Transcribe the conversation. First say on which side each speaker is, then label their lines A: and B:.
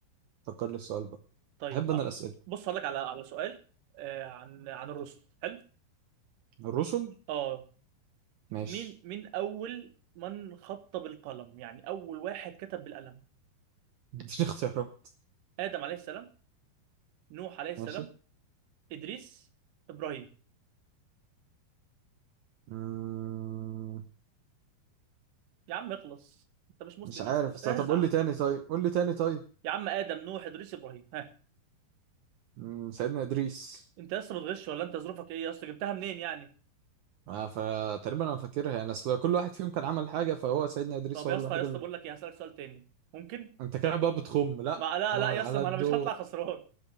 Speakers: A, on the right; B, on the right.
A: فكر لي السؤال بقى
B: طيب
A: أحب أنا
B: اه
A: الأسئلة
B: بص هقول لك على على سؤال آه، عن عن الرسل حلو
A: الرسل
B: اه
A: ماشي
B: مين مين اول من خط بالقلم يعني اول واحد كتب بالقلم
A: مش اختيارات
B: ادم عليه السلام نوح عليه السلام
A: ماشي
B: ادريس ابراهيم
A: مم،
B: يا عم اخلص انت مش مسلم
A: مش عارف
B: يا اسطى
A: بس-
B: ارزع
A: طب قول لي تاني طيب قول لي تاني طيب
B: يا عم ادم نوح ادريس ابراهيم ها
A: مم، سيدنا إدريس
B: انت يا اسطى بتغش ولا انت ظروفك ايه يا اسطى جبتها منين يعني
A: آه، فتقريبا أنا فاكرها يعني أصل كل واحد فيهم كان عمل حاجة فهو سيدنا إدريس
B: طب
A: هو
B: يا اسطى
A: الوحيد
B: يا اسطى بقول لك ايه هسألك سؤال تاني ممكن
A: انت كده بقى بتخم لا
B: ما لا
A: انا
B: لا
A: على
B: يا اسطى
A: على
B: ما
A: الدور
B: انا مش هطلع خسران